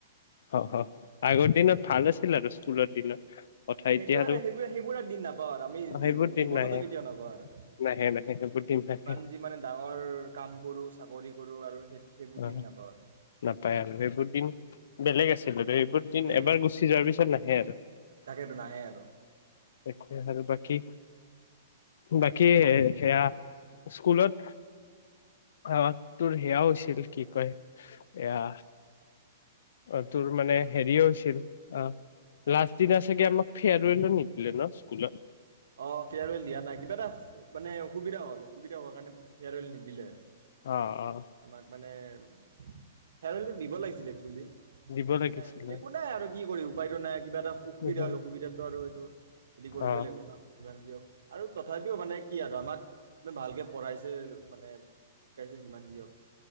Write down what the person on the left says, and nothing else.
অঁ, অঁ আগৰ দিনত ভাল আছিল আৰু স্কুলৰ দিনত। কথা
এতিয়া
সেইবোৰ দিন
নাহে
নাহে নাহে সেইবোৰ দিন
নাহে
অঁ
নাপায় আৰু এইবোৰ দিন। বেলেগ আছিল। এইবোৰ দিন
এবাৰ গুচি যোৱাৰ পিছত নাহে আৰু
তাকে আৰু বাকী। বাকী সেয়া স্কুলত আমাক তোৰ সেয়া হৈছে। <unintelligible> কি কয় এয়া অঁ তোৰ মানে হেৰি হৈছিল অঁ লাষ্ট দিনা চাগে আমাক ফেয়াৰৱেল ও নিদিলে ন স্কুলত।
অ অ
দিব
লাগিছিল
অ
অ